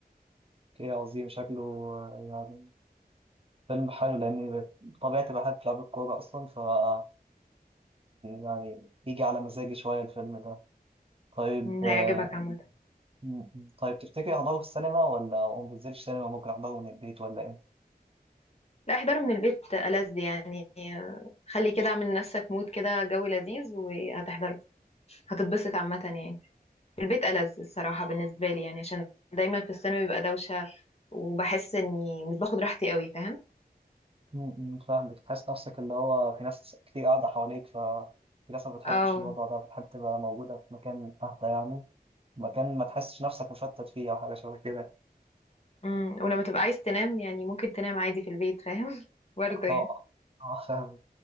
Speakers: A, on the right; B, on the left.
A: ايه عظيم شكله آه، يعني فيلم حلو لاني بطبيعتي بحب لعب الكوره اصلا فممكن يعني يجي على مزاجي شويه الفيلم ده طيب
B: مم،
A: آه،
B: هيعجبك عامة
A: م- م. طيب تفتكري احضره في السينما ولا ما بنزلش سينما ممكن احضره من البيت ولا ايه
B: لا احضره من البيت ألذ يعني خلي كده اعمل لنفسك مود كده جو لذيذ وهتحضره هتتبسط عامة يعني في البيت ألذ الصراحة بالنسبة لي يعني عشان دايما في الثانوي بيبقى دوشة وبحس اني مش باخد راحتي قوي فاهم
A: م- م، فاهمك تحس نفسك اللي هو في ناس كتير قاعده حواليك ف في ناس ما بتحبش
B: اه
A: الوضع ده بتحب تبقى موجودة في مكان أهدى يعني مكان ما تحسش نفسك مشتت فيه او حاجه شبه كده
B: امم ولما تبقى عايز تنام يعني ممكن تنام عادي في البيت فاهم <laughs> برضه
A: اه
B: يعني
A: اه فاهم